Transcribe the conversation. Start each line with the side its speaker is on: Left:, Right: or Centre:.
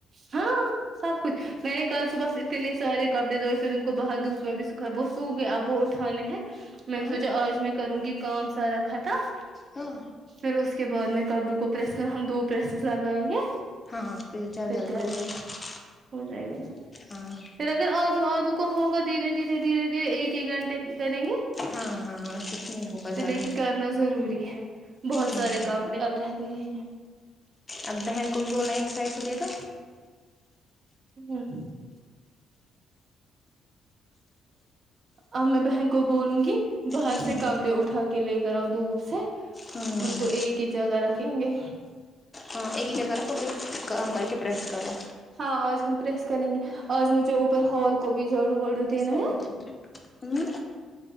Right: ہاں سب کچھ میں نے کل صبح اتنے سارے کپڑے دھوئے پھر ان کو باہر دھپ میں بھی سکھایا وہ سوکھ گیا وہ اٹھ اھانے ہے میں
Left: ہاں
Right: نے سوچا آج میں کروں گی کام سارا ختم
Left: ہاں
Right: پھر اسس کے بعد میں کبلو کو پریس کر ہم دو پریسز لگائیں گے
Left: ہاں جلد
Right: پھر
Left: جلدی
Right: کر
Left: ہو
Right: رہے
Left: جائے گا
Right: ہو جائے گا نا
Left: ہاں
Right: پھر اگر آدو آدو کو ہوگا دھیرے دھیرے دھیرے دھیرے ایک ایک گھنٹے کریں گے
Left: ہاں ہاں کتنی ہوگا
Right: تو
Left: زیادہ
Right: لیکن کرنا ضروری ہے بہت
Left: ہاں
Right: سارے کام ا اب رہ ہے
Left: اب بہن کو بھی بولنا ایک سائڈ سے دے دو
Right: ہوں اب میں بہن کو بولوں گی باہر
Left: ہوں
Right: سے کبڑے اٹھا کے لے کر آؤ دھوپ سے
Left: ہوں
Right: ان کو ایک ہی جگہ رکھیں گے
Left: ہاں ایک ہی جگہ رپو کوئی کام کر کے پرریس کرو
Right: ہاں آج ہم پریس کریں گے آج مجھے اوپر ہال کو بھی جھاڑو واڑو دینا
Left: صاف
Right: ہے
Left: کرنا ہے مجھے